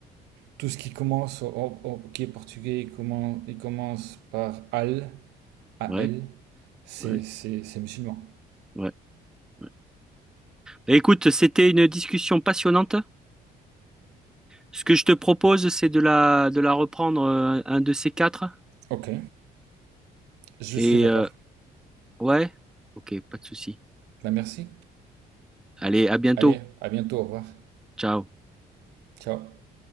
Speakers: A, on the right; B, in the centre.
A: tout ce qui commence, au- au- qui est portugais, il commence, il commence par al, a
B: Ouais,
A: l, c'est
B: ouais,
A: c'est- c'est musulman.
B: ouais. ouais. Bah, écoute, c'était une discussion passionnante. Ce que je te propose, c'est de la, de la reprendre euh, un de ces quatre.
A: Ok, je
B: Et
A: suis d'accord.
B: euh, ouais, ok, pas de souci.
A: Ben merci.
B: Allez, à bientôt.
A: Allez, à bientôt, au revoir.
B: Ciao.
A: Ciao.